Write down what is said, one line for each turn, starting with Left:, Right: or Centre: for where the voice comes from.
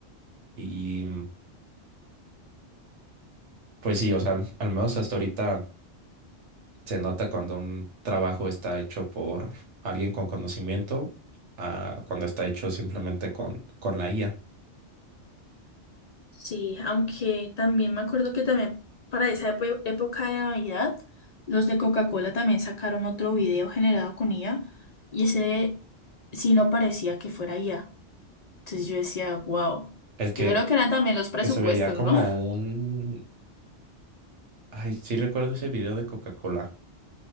Right: Y pues sí, o sea, al, al menos hasta ahorita se nota cuando un trabajo está hecho por alguien con conocimiento a cuando está hecho simplemente con, con la IA.
Left: Sí, aunque también me acuerdo que también para esa epo- época de Navidad, los de Coca-Cola también sacaron otro video generado con IA y ese sí no parecía que fuera IA. Entonces yo decía, wow.
Right: El que,
Left: Yo creo que eran también los presupuestos,
Right: que se veía como
Left: ¿no? <laughs>
Right: un... Ay, sí recuerdo ese video de Coca-Cola.